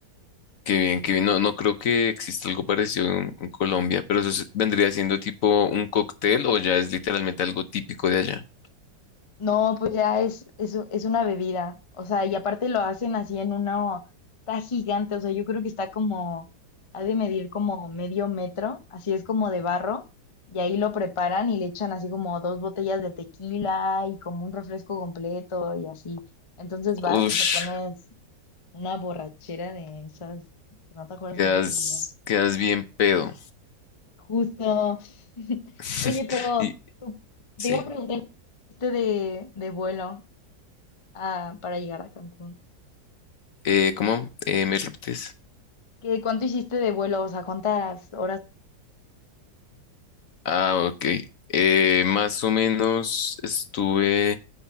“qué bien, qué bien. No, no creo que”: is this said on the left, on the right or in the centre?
Left